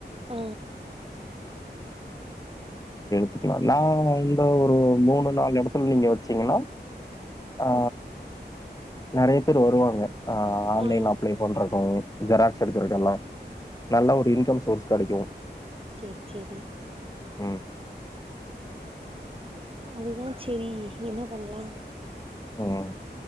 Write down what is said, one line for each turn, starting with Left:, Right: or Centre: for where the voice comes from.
Right: ஆ
Left: லாம் நான் இந்த ஒரு மூணு நாலு இடத்துல நீங்க வச்சீங்கனா ஆ
Right: ஓ-
Left: நெறய பேர் வருவாங்க ஆ ஆன்லைன்ல
Right: ஆ
Left: அப்லே பண்றது ஜெராக்ஸ் எடுக்குறதுகேள்ள நல்லா ஒரு இன்கம் சோர்ஸ் கெடைக்கு
Right: சேர் சேரி
Left: ம்
Right: அதுதா செரி என்ன பண்லா
Left: ம்